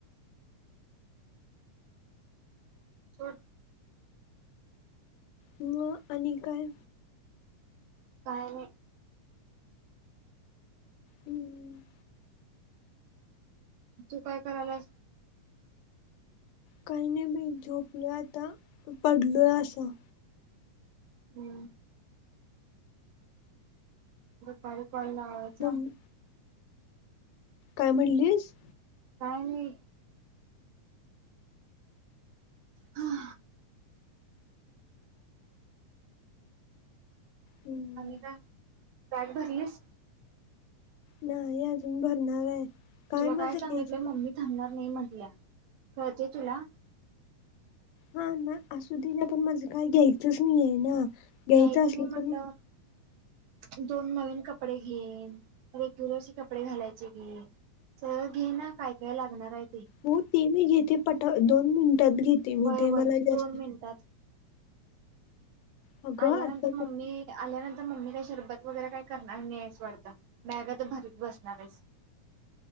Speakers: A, on the right (about 70°); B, on the left (about 85°).
A: सोड
B: मग आणि काय
A: काय नाही
B: हम्म.
A: तु काय करायलास?
B: काही नाही मी झोपले आता पडलो असं
A: हम्म पणचा
B: मग काय म्हणलीस?
A: का नाही हा.
B: हम्म
A: आमिना बॅग भरलीस?
B: नाही अजून भरणार आहे.
A: तुला
B: माझं
A: काय सांगितलं
B: घ्यायचं नाही.
A: मम्मी थांबणार नाही म्हटल्या कळते तुला?
B: हा ना असु दे ना पण माझ काही घ्यायचंच नाही ना
A: घ्यायचं
B: असलं
A: नाही म्हटल्यावर
B: तर
A: दोन नवीन कपडे घे, रेग्युलरचे कपडे घालायचे घे तर घे ना काय काय लागणार हाय.
B: हो ते मी घेते पटा दोन मिनिटात घेते मी
A: वय
B: ते
A: वय
B: मला जास्त
A: दोन मिनिटात
B: अगं
A: आल्यानंतर
B: आता
A: मम्मी आल्यानंतर मम्मी कशी शरबत वगैरे काही करणार नाहीएस वाटतं, बॅगाच भरीत बसणार आहेस.